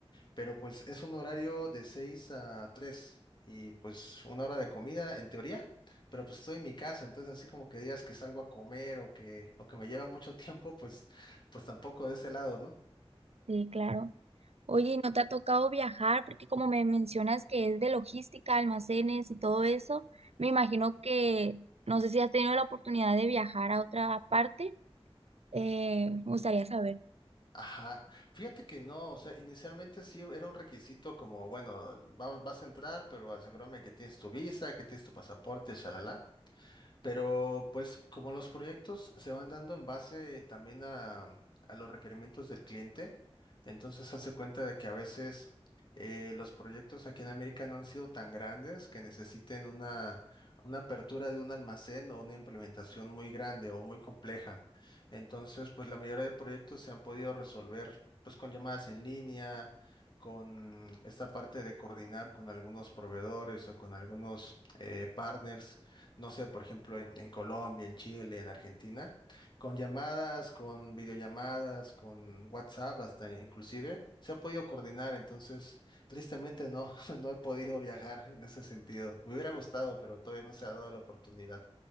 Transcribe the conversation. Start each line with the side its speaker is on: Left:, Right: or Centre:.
Left: Pero pues es un horario de 6 a 3 y pues una hora de comida en teoría, pero pues estoy en mi casa, entonces así como que digas que salgo a comer o que, o que me lleva mucho <laughs> tiempo, pues, pues tampoco de ese lado, ¿no?
Right: Sí, claro. Oye, ¿y ¿no te ha tocado viajar? Porque como me mencionas que es de logística, almacenes y todo eso, me imagino que no sé si has tenido la oportunidad de viajar a otra parte Eh, me gustaría saber.
Left: Ajá, fíjate que no, o sea, inicialmente sí era un requisito como, bueno, va- vas a entrar, pero asegúrame que tienes tu visa, que tienes tu pasaporte, shalala. Pero pues como los proyectos se van dando en base también a, a los requerimientos del cliente, entonces hace cuenta de que a veces eh, los proyectos aquí en América no han sido tan grandes que necesiten una, una apertura de un almacén o una implementación muy grande o muy compleja. Entonces, pues la mayoría de proyectos se han podido resolver pues con llamadas en línea, con esta parte de coordinar con algunos proveedores o con algunos eh, partners no sé, por ejemplo, en, en Colombia, en Chile, en Argentina, con llamadas, con videollamadas, con WhatsApp, hasta inclusive, se ha podido coordinar, entonces, tristemente no, <laughs> no he podido viajar en ese sentido. Me hubiera gustado, pero todavía no se ha dado la oportunidad.